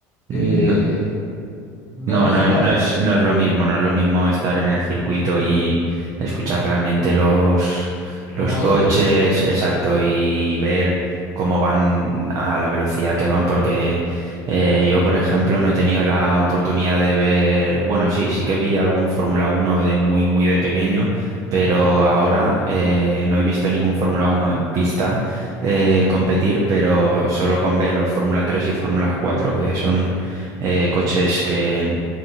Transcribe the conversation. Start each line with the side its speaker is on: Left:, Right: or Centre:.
Left: Eh,
Right: Mm,
Left: no,
Right: No,
Left: no
Right: no,
Left: es igual.
Right: no es, no es lo mismo, no es lo mismo estar en el circuito y escuchar realmente los,
Left: Los
Right: los
Left: motores,
Right: coches, exacto, y ver cómo van a la velocidad que van, porque eh, yo, por ejemplo, no he tenido la oportunidad de ver, bueno, sí, sí que vi algún Fórmula uno de muy, muy de pequeño, pero ahora eh, no he visto ningún Fórmula uno en pista eh, competir, pero solo con ver los Fórmula 3 y Fórmula 4 que son eh, coches que